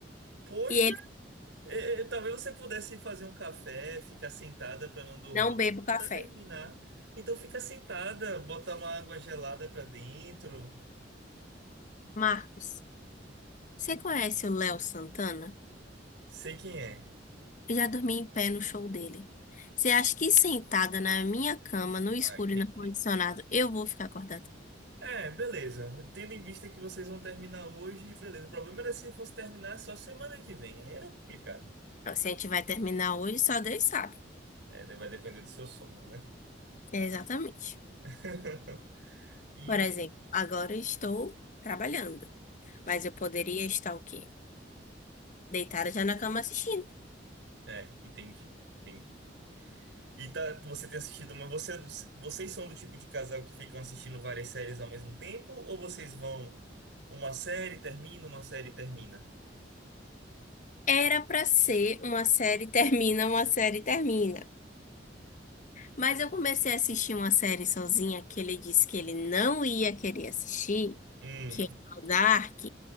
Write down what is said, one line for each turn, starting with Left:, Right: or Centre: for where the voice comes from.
Right: Poxa,
Left: E ele
Right: É, é, talvez você pudesse fazer um café, ficar sentada para não dormir,
Left: não bebo café.
Right: para terminar. Então fica sentada, bota uma água gelada para dentro.
Left: Marcos, você conhece o Léo Santana?
Right: Sei quem é.
Left: Eu já dormi em pé no show dele. Você acha que sentada na minha cama, no escuro
Right: Ah, entendi.
Left: e no ar-condicionado, eu vou ficar acordada?
Right: É, beleza. Tendo em vista que vocês vão terminar hoje, beleza. O problema era se fosse terminar só semana que vem. Aí era complicado.
Left: Não, se a gente vai terminar hoje, só Deus sabe.
Right: É, vai depender do seu sono, né?
Left: É, Exatamente.
Right: <laughs> E
Left: Por exemplo, agora eu estou trabalhando, mas eu poderia estar o quê? Deitada já na cama assistindo.
Right: é, entendi, entendi. E tá, você tem assistido, mas você, é do- vocês são do tipo de casal que ficam assistindo várias séries ao mesmo tempo? Ou vocês vão Uma série termina, uma série termina.
Left: Era pra ser uma série <laughs> termina, uma série termina. Mas eu comecei a assistir uma série sozinha que ele disse que ele não ia querer assistir,
Right: Hum,
Left: que é o Dark.